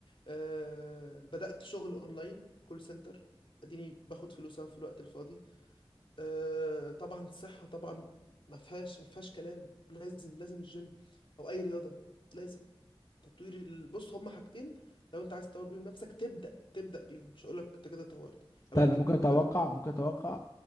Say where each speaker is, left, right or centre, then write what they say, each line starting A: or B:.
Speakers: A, on the left; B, on the left.
A: أه بدات شغل اونلاين كول سنتر اديني باخد فلوس أهو في الوقت الفاضي أه طبعا الصحه طبعا ما فيهاش ما فيهاش كلام لازم لازم الجيم او اي رياضه لازم تطوير ال- بص هما حاجتين لو انت عايز تطور بيهم نفسك تبدا تبدا بيهم مش هقولك انت كده طورت
B: استنى
A: علاقتك
B: ممكن
A: وربنا
B: اتوقع ممكن اتوقع